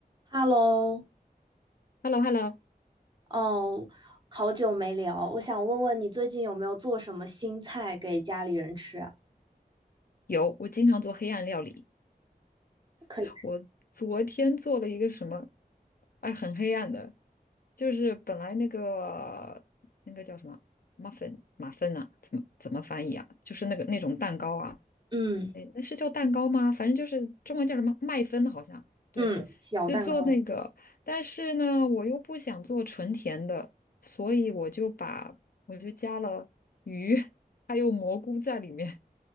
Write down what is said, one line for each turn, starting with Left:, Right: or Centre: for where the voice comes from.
Right: Hello，
Left: h e l l o h e l l o
Right: 嗯，好久没聊，我想问问你最近有没有做什么新菜给家里人吃啊？
Left: 有，我经常做黑暗料理。
Right: 可以，
Left: 我昨天做了一个什么，哎，很黑暗的，就是本来那个那个叫什么 muffin 马芬啊，怎么怎么翻译啊？就是那个那种蛋糕啊，
Right: 嗯
Left: 哎，那是叫蛋糕吗？反正就是中文叫什么麦芬，好像对，
Right: 嗯，小蛋糕
Left: 就做那个。但是呢，我又不想做纯甜的，所以我就把我就加了鱼还有蘑菇在里面。